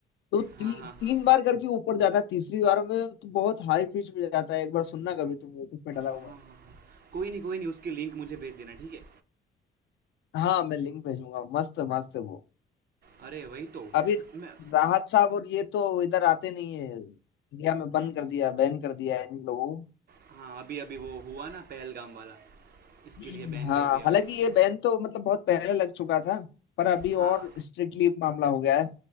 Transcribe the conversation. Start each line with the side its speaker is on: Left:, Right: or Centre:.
Left: तो ती,
Right: हाँ, हाँ,
Left: तीन
Right: हाँ।
Left: बार करके ऊपर जाता है तीसरी बार में तो बहुत हाई पिच में जाता है एक बार सुनना कभी तुम यूट्यूब पे डाला हुआ
Right: हाँ, हाँ,
Left: है
Right: हाँ। कोई नहीं, कोई नहीं उसकी लिंक मुझे भेज देना, ठीक है?
Left: हाँ मैं लिंक भेजूंगा मस्त मस्त है वो
Right: अरे वही तो,
Left: अभी
Right: मैं
Left: राहत साहब और ये तो इधर आते नहीं है इंडिया में बंद कर दिया बैन कर दिया है इन लोगों
Right: हाँ, अभी-अभी वो हुआ ना पहलगाम वाला, इसके
Left: को
Right: लिए बैन
Left: हाँ
Right: कर दिया
Left: हालांकि
Right: होगा।
Left: ये बैन तो मतलब बहुत पहले लग चुका था पर अभी
Right: हाँ।
Left: और स्ट्रिक्टली मामला हो गया है